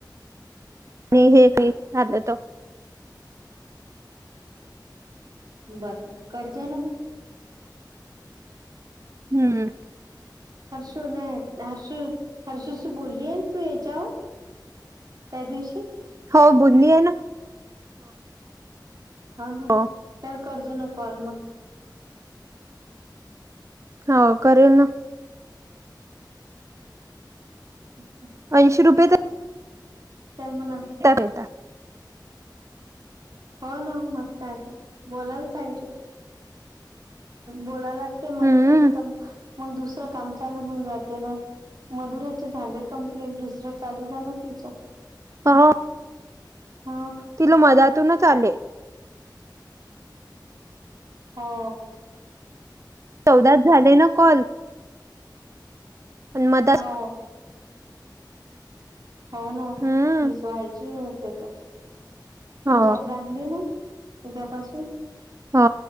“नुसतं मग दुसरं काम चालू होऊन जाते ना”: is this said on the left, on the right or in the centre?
Right